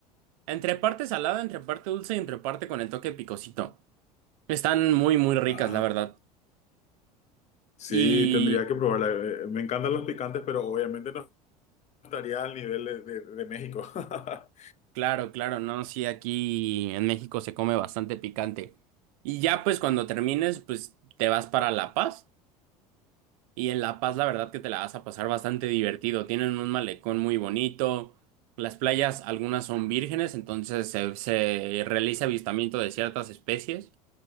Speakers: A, on the right (about 60°); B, on the left (about 35°).
A: entre parte salada, entre parte dulce y entre parte con el toque picosito. Están muy, muy ricas,
B: Ah,
A: la verdad.
B: sí,
A: Y
B: tendría que probarla. Eh, Me encantan los picantes, pero obviamente no estaría al nivel de, de- de México. <laughs>
A: claro, claro, no, sí, aquí en México se come bastante picante. Y ya pues cuando termines, pues te vas para La Paz. Y en La Paz, la verdad que te la vas a pasar bastante divertido. Tienen un malecón muy bonito. Las playas, algunas son vírgenes, entonces se, se realiza avistamiento de ciertas especies.